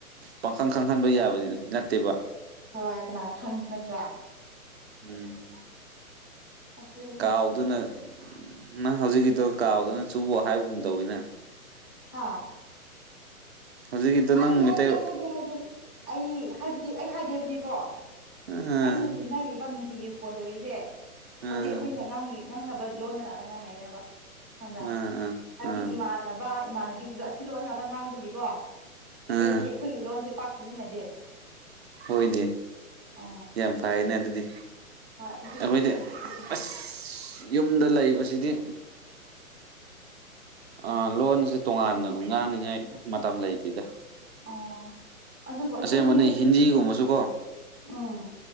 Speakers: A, on the right (about 45°); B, on the left (about 15°).
A: ꯄꯪꯈꯪ ꯈꯪꯍꯟꯕ ꯌꯥꯕꯗꯤ ꯅꯠꯇꯦꯕ
B: ꯍꯣꯏ ꯀꯅꯥ ꯈꯪ ꯅꯠꯇ꯭ꯔꯥ
A: ꯎꯝ
B: ꯑꯗꯨꯅꯤ
A: ꯀꯥꯎꯗꯨꯅ ꯅꯪ ꯍꯧꯖꯤꯛꯀꯤꯗꯨ ꯀꯥꯎꯗꯅ ꯆꯨꯕꯣ ꯍꯥꯏꯕꯒꯨꯝ ꯇꯧꯋꯤꯅ
B: ꯍꯥꯥ
A: ꯍꯧꯖꯤꯛꯀꯤꯗꯣ
B: ꯍꯥꯏꯗꯦ
A: ꯅꯪ ꯃꯩꯇꯩ
B: ꯍꯥꯏꯗꯦ ꯍꯥꯏꯗꯦ ꯍꯥꯏꯗꯦ ꯑꯩ ꯍꯥꯏꯕꯗꯤ ꯑꯩ ꯍꯥꯏꯗꯦꯕꯗꯤꯀꯣ
A: ꯑꯥ
B: ꯑꯩꯅ ꯇꯤꯟꯅꯔꯤꯕ ꯅꯨꯡꯇꯤꯒꯤ ꯐꯣꯟ ꯇꯧꯔꯤꯁꯦ
A: ꯑꯥ
B: ꯍꯧꯖꯤꯛ ꯑꯩꯈꯣꯏꯅꯤꯅ ꯉꯥꯡꯅꯕ ꯂꯣꯟꯗ ꯉꯥꯛꯇ ꯉꯥꯡꯅꯩꯌꯦ ꯍꯥꯏꯕ ꯈꯪꯕ꯭ꯔꯥ
A: ꯑꯥ ꯑꯥ
B: ꯍꯥꯏꯕꯗꯤ
A: ꯑꯥ
B: ꯏꯃꯥꯟꯅꯕ ꯏꯃꯥꯟꯅꯕꯤꯁꯤꯡꯗꯣ ꯑꯁꯤ ꯂꯣꯟ ꯉꯥꯛꯇ ꯉꯥꯡꯕꯒꯤꯀꯣ
A: ꯑꯥ
B: ꯑꯩꯗꯤ ꯑꯩꯈꯣꯏꯒꯤ ꯂꯣꯟꯁꯦ ꯄꯥꯛ ꯁꯤꯖꯤꯟꯅꯗꯦ
A: ꯍꯣꯏꯅꯦ
B: ꯑꯣ
A: ꯌꯥꯝ ꯐꯥꯏꯌꯦꯅꯦ ꯑꯗꯨꯗꯤ
B: ꯍꯣꯏ ꯑꯗꯨ
A: ꯑꯈꯣꯏꯗꯤ
B: ꯑꯩꯗꯤ ꯁꯤꯖꯤꯟꯅꯗꯦ
A: ꯑꯁ ꯌꯨꯝꯗ ꯂꯩꯕꯁꯤꯗꯤ ꯑ ꯂꯣꯟꯖꯦ ꯇꯣꯉꯥꯟꯅ ꯒꯨꯝ ꯉꯥꯡꯅꯤꯉꯥꯏ ꯃꯇꯝ ꯂꯩꯇꯤꯗ
B: ꯑꯣ ꯑꯗꯨꯕꯨ ꯑꯩꯈꯣꯏꯗꯤ
A: ꯑꯁꯦꯡꯕꯅꯤ
B: ꯑꯗꯨꯝ
A: ꯍꯤꯟꯗꯤꯒꯨꯝꯕꯁꯨ ꯀꯣ
B: ꯎꯝ